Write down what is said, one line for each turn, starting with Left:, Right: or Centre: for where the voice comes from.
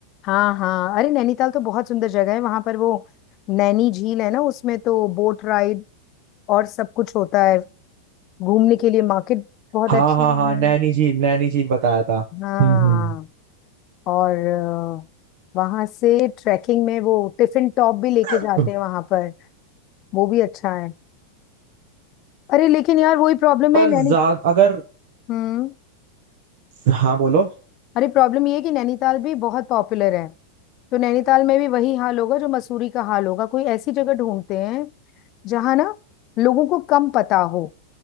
Left: हाँ हाँ अरे नैनीताल तो बहुत सुंदर जगह है वहां पर वो नैनी झील है ना उसमें तो बोट राइड और सब कुछ होता है घूमने के लिए मार्केट बहुत
Right: हाँ
Left: अच्छी
Right: हाँ हाँ
Left: है
Right: नैनी झील नैनी झील बताया था
Left: हाँ
Right: हम्म
Left: और अ, वहां से ट्रैकिंग में वो टिफिन टॉप भी लेके जाते
Right: हम्म।
Left: हैं वहां पर वो भी अच्छा है अरे लेकिन यार वही प्रॉब्लम
Right: पर
Left: है नैनी
Right: ज्यादा अगर
Left: हम्म
Right: हाँ बोलो
Left: अरे प्रॉब्लम ये है कि नैनीताल भी बहुत पॉपुलर है तो नैनीताल में भी वही हाल होगा जो मसूरी का हाल होगा कोई ऐसी जगह ढूंढते हैं जहां ना लोगों को कम पता हो